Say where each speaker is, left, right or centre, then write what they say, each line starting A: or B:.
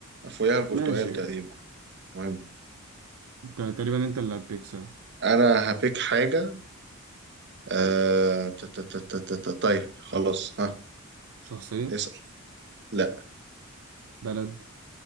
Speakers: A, on the right; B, on the right.
A: فوقها البرتغال
B: ماشي
A: تقريبا مهم
B: انت تقريبا انت اللي هتبيك صح
A: انا هبيك حاجة آه...
B: تمام
A: ت- ت- ت- ت- ت- ت- طيب خلاص ها
B: شخصية
A: اسأل لا
B: بلد